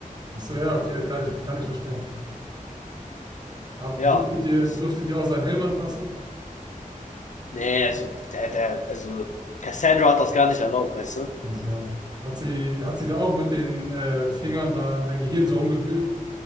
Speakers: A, on the right (about 30°); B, on the left (about 60°).
A: Achso, ja, okay, kann ich, kann ich verstehen. Hab,
B: Ja,
A: durftet ihr,
B: das.
A: durftet ihr auch seinen Helm anfassen?
B: Nee, also, der, der, also, Cassandra hat das gar nicht erlaubt, weißt du?
A: Also, hat sie, hat sie da auch mit den äh, Fingern da in dein Gehirn so rumgewühlt?